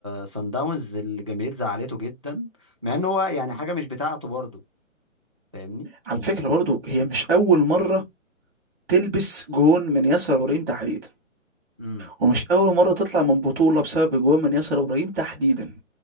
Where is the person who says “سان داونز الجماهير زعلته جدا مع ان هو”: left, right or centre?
Right